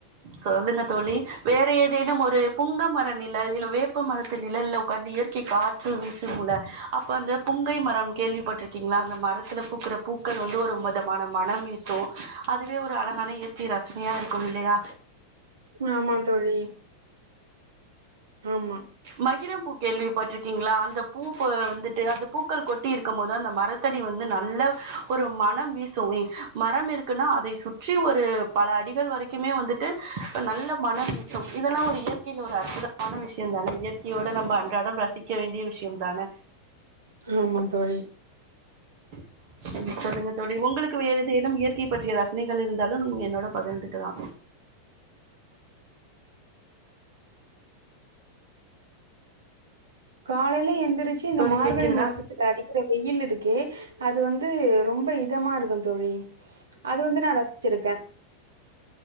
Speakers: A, on the right; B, on the right.
A: சொல்லுங்க தோழி வேற ஏதேனும் ஒரு புங்க மர நிழல் இல்ல வேப்ப மரத்து நிழல்ல உக்காந்து இயற்கை காற்று வீசு முல அப்ப அந்த புங்கை மரம் கேள்விப்பட் ருக்கீங்களா அந்த மரத்தில பூக்குற பூக்கள் வந்து ஒரு மதமான மனம் வீசு அதுவே ஒரு அழகான இயற் கை ரசனையா இருக்கும் இல்லையா
B: ஆமாந்தோழி ஆமா
A: மகிரம் பூ கேள்வி பட்டிருக்கீங்களா அந்த பூ ப வந்துட்டு அந்த பூக்கள் கொட்டி இருக்கும் போது அந்த மரத் தடி வந்து நல்ல ஒரு மனம் வீசுமே மரம் இருக்குன்னா அதை சுற்றி ஒரு பல அடிகள் வரைக்குமே வந்துட்டு நல்ல மன வீசும் இதெல்லா ஒரு இயற்கையில் ஒரு அற்புதமான விஷயம் தானே இயற்கையோட நம்ம அன்றாடம் ரசிக்க வேண்டிய விஷயம் தான
B: ஆமாந் தோழி
A: <inaudible> ம் சொல்லுங்க தோழி உங்களுக்கு வேற ஏதேனும் இயற்கை பற்றிய ரசனைகள் இருந்தாலு நீங்க என்னோட பகிர்ந்துக்கலா
B: காலையில எந்திரிச்சு இந்த
A: தோழி
B: மார்கழி
A: கேட்கிறதா
B: மாசத் துல அடிக்கிற வெயில் இருக்கே அது வந்து ரொம்ப இதமா இருக்கு தோழி அது வந்து நா ரசிச்சிருக்கே